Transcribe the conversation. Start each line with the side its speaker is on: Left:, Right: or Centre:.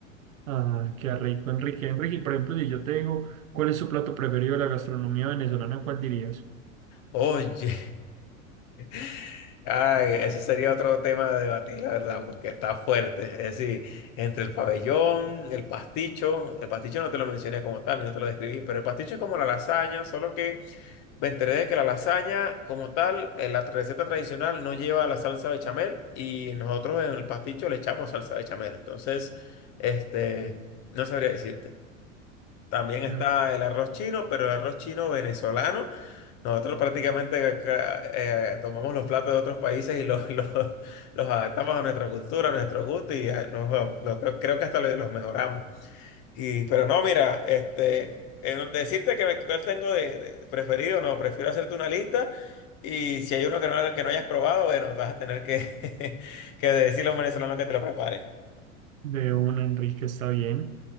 Right: Ah, qué rico, Enrique. Enrique, y por ejemplo, si yo te digo, ¿cuál es su plato preferido de la gastronomía venezolana? ¿Cuál dirías?
Left: Oye, <laughs> ay, ese sería otro tema de debatir, la verdad, porque está fuerte. Es decir, entre el pabellón, el pasticho, el pasticho no te lo mencioné como tal, no te lo describí, pero el pasticho es como la lasaña, solo que Me enteré de que la lasaña, como tal, eh, la receta tradicional no lleva la salsa bechamel y nosotros en el pasticho le echamos salsa bechamel. Entonces, este, no sabría decirte. También está
Right: Ah,
Left: el arroz chino, pero el arroz chino venezolano. Nosotros prácticamente acá, eh, tomamos los platos de otros países y los, <laughs> los, los adaptamos a nuestra cultura, a nuestro gusto y eh, los- los- creo creo que hasta los los mejoramos. Y, pero no, mira, este, eh, no- decirte que me, cuál tengo de, de preferido, no, prefiero hacerte una lista y si hay uno que no, que no hayas probado, bueno, vas a tener que, <laughs> que decirle a un venezolano que te lo prepare.
Right: De una Enrique está bien.